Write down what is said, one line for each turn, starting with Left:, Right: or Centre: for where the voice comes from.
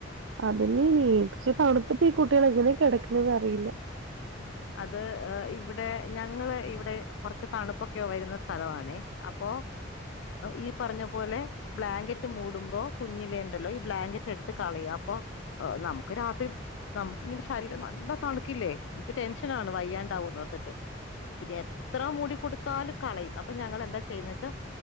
Right: അതിനീച്ച് തണുത്തി ഈ കുട്ടികളെങ്ങനെ കിടക്കണ അറിയില്ല
Left: അത് ഇവിടെ ഞങ്ങള് ഇവിടെ കുറച്ച് തണുപ്പൊക്കെ വരുന്ന സ്ഥലമാണേ അപ്പോ ഈ പറഞ്ഞ പോലെ ബ്ലാങ്കറ്റ് മൂടുമ്പോ കുഞ്ഞിലേ ഉണ്ടല്ലോ ഈ ബ്ലാങ്കറ്റ് എടുത്ത് കളയാ അപ്പോ നമുക്ക് രാത്രി നമുക്കിങ്ങനെ ശരീരം നല്ല തണുക്കില്ലേ ക്ക് ടെൻഷനാണ് വയ്യാണ്ടാവു പറഞ്ഞിട്ട്. പിന്നെ എത്ര മൂടിക്കൊടുത്താലും കളയും. പ്പൊ ഞങ്ങളെന്താ ചെയ്യുന്ന വെച്ചാ